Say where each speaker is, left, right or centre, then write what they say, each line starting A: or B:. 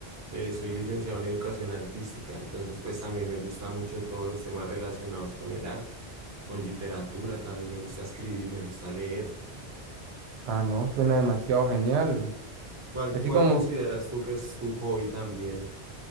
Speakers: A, on the right; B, on the right.
A: Eh, soy licenciado en educación artística, entonces pues también me gusta mucho todos los temas relacionados con el arte, con literatura, también me gusta escribir, me gusta leer.
B: Ah, no, suena demasiado genial.
A: ¿Cuál,
B: Así
A: cuál
B: como
A: consideras tú que es tu hobby también?